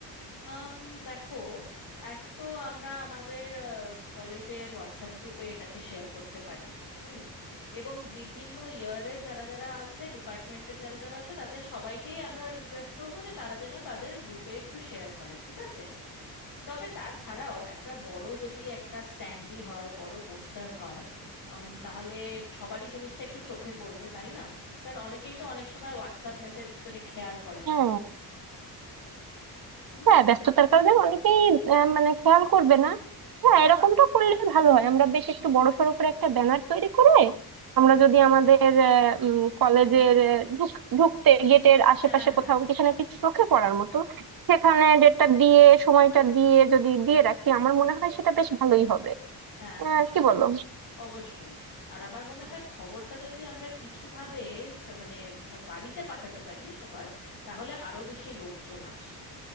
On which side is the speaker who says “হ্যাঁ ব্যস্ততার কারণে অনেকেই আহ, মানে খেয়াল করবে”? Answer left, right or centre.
Right